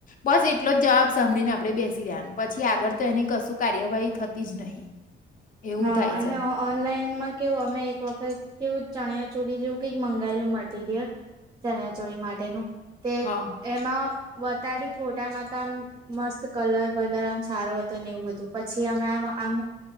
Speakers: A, on the left; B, on the right.
A: બસ એટલો જવાબ સાંભળીને આપડે બેસી રહેવાનું પછી આગળ તો એની કશું કાર્યવાહી થતી જ નહીં <inaudible>
B: હા
A: થાય
B: એને
A: છે
B: ઓ ઓનલાઈનમાં કેવું અમે એક વખત કેવું ચણિયા ચોડી જેવું કઈક મંગાયેલું મટીરિયલ ચણિયા ચોરી માટેનું તે
A: હા
B: એમાં વતાર્યું ફોટામાં તો આમ મસ્ત કલર વલર આમ સારો હતો ને એવું બધું પછી અમે આમ આમ